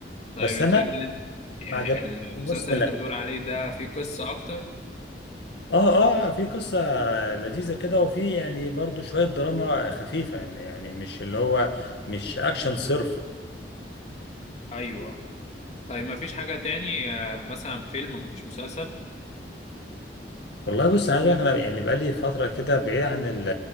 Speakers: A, on the left; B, on the left.
A: طيب
B: بس
A: الفيلم
B: انا
A: اللي انت- يعني
B: ما عجبنيش
A: المسلسل
B: الموسم
A: اللي
B: الاخير
A: انت بتقول عليه ده فيه قصة اكتر
B: اه اه في قصه لذيذه كده وفي يعني برضو شويه دراما خفيفه يعني مش اللي هو مش اكشن صرف
A: ايوه طيب ما فيش حاجة تاني آه، مثلا فيلم مش مسلسل
B: والله بص عايز اقولك انا يعني بقالي فتره كده بعيد عن ال-